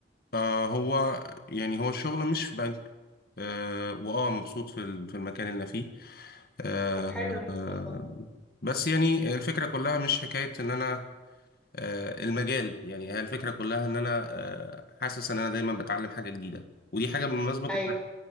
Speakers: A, on the left (about 55°); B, in the centre.
A: آه هو يعني هو الشغل مش في بنك آه واه مبسوط في ال- في المكان اللي أنا فيه آه
B: طب حلو ما
A: آه،
B: شاء الله
A: بس يعني الفكره كلها مش حكايه ان انا آه المجال يعني هي الفكره كلها ان انا آه حاسس ان انا دايما بتعلم حاجه جديده ودي حاجه بالمناسبه كنت
B: ايوه
A: عايز